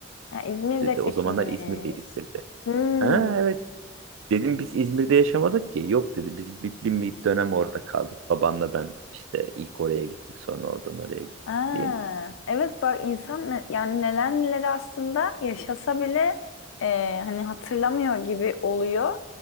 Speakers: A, on the left (about 80°); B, on the right (about 70°).
A: ya İzmir'de
B: dedi. O
A: çekilmiş.
B: zamanlar İzmir'deydik dedi.
A: Hmm.
B: Ha, evet dedim biz İzmir'de yaşamadık ki. Yok dedi biz bir, bir bir dönem orada kaldık. Babanla ben işte ilk oraya gittik sonra oradan oraya gittik
A: Aa,
B: diye.
A: evet bak insan ne- yani neler neler aslında yaşasa bile e, hani hatırlamıyor gibi oluyor.